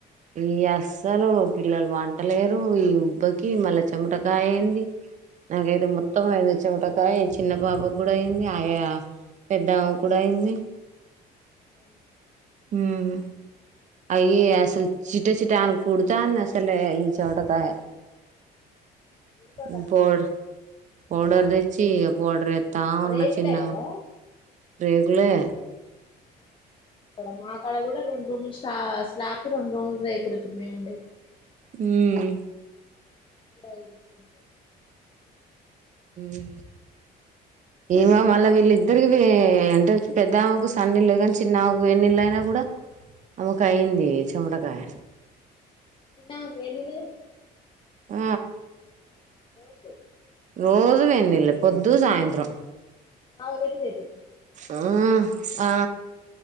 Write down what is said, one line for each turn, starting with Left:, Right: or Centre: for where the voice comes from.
Right: ఈ అస్సలు పిల్లలు వంటలేరు ఈ ఉబ్బకి మళ్ళా చెమటకాయ అయింది నాకైతే మొత్తం అయింది చెమటకాయ చిన్న పాప కూడా అయింది ఆయా పెదామ్మ కూడా అయింది
Left: అ
Right: ఉమ్ అయ్యా అసలు చిట్ట చిట్ట అని కుడతా ఉన్నాయి అసలే ఈ చమటకాయ
Left: ఉడక కట్నం
Right: ఇప్పుడు కూడా పౌడర్ దచ్చి ఇక ఫౌడర్ ఎ తా ఉన్న
Left: రేకులే
Right: చిన్న
Left: కదా
Right: రేకులే
Left: ఇక్కడ మా కాడ కూడా రెండు రూములు స్టా స్లాప్ రెండు రూములు రేకులు ఇప్పుడు మేము ఉండేది
Right: హమ్
Left: ఇక టైమింగ్ జెస్తుంది
Right: చ్ ఏమో మళ్ళా వీళ్ళిద్దరికి అంటే పెద్దామ్మకు సన్నీళ్ళు కాని, చిన్నకు ఎన్నిళ్ళ అయినా కూడా ఆమకు అయింది చమటకాయ.
Left: చిన్న వేనల దె
Right: ఆ
Left: నోటు
Right: రోజు వెన్నిల్ పొద్దు సాయంత్రం
Left: నాకు పెట్టి చెపి
Right: ఆ ఆ